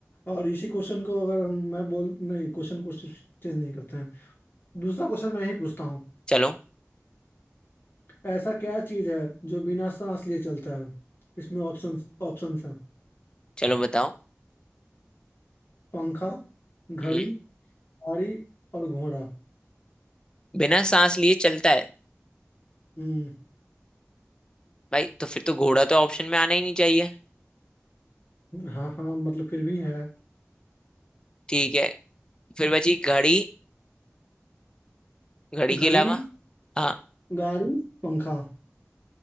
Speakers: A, on the left; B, on the left.
A: और इसी क्वेश्चन को अगर हम मैं बोल नहीं क्वेश्चन को चेंज नहीं करते हैं दूसरा क्वेश्चन मैं ही पूछता हूँ
B: चलो
A: ऐसा क्या चीज है जो बिना सांस लिए चलता है इसमें ऑप्शंस ऑप्शंस हैं
B: चलो बताओ
A: पंखा घड़ी
B: हम्म
A: गाड़ी और घोड़ा
B: बिना सांस लिए चलता है
A: हम्म।
B: भाई तो फिर तो घोड़ा तो ऑप्शन में आना ही नहीं चाहिए
A: हाँ हाँ मतलब फिर भी है
B: ठीक है फिर बची घड़ी घड़ी
A: घड़ी
B: के अलावा हाँ
A: गाड़ी पंखा